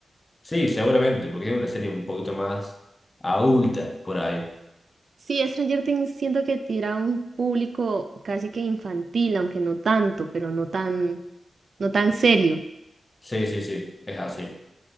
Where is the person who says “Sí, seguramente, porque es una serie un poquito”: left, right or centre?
Left